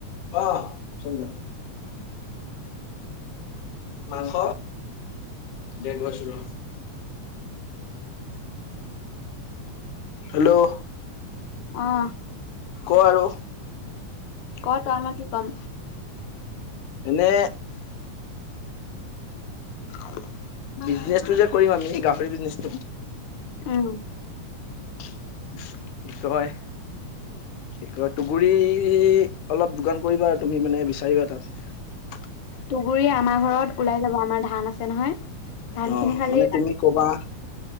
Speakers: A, on the left (about 75°); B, on the left (about 90°).
A: অ সুন্দৰ। মাংস দে গৈছো ৰ। হেল্ল'
B: অ'।
A: ক আৰু?
B: ক তই মই কি ক'ম
A: এনে
B: <unintelligible>
A: বিজনেছটো যে কৰিম আমি গাহৰি বিজনেছটো
B: উম
A: তই কি কয় তুগুৰি অলপ যোগান কৰিবা আৰু তুমি মানে বিচাৰিবা তাত।
B: তুগুৰি আমাৰ ঘৰত ওলাই যাব আমাৰ ধান আছে নহয়। ধান
A: অ
B: খিনি খালি
A: মানে তুমি কবা।